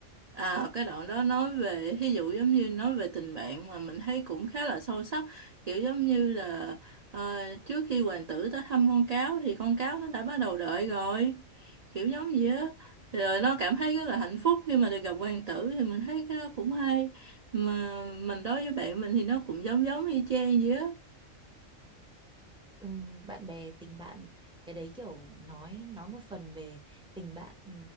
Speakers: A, on the right; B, in the centre.
A: À, cái đoạn đó nói về ví dụ giống như nói về tình bạn mà mình thấy cũng khá là sâu sắc kiểu giống như là ờ, trước khi hoàng tử tới thăm con cáo thì con cáo nó đã bắt đầu đợi rồi kiểu giống vậy á rồi nó cảm thấy rất là hạnh phúc khi mà được gặp hoàng tử thì mình thấy cái đó cũng hay mà mình đối với bạn mình thì nó cũng giống giống y chang vậy á
B: Ừ, bạn bè tình bạn cái đấy kiểu nói nói một phần về tình bạn ừ,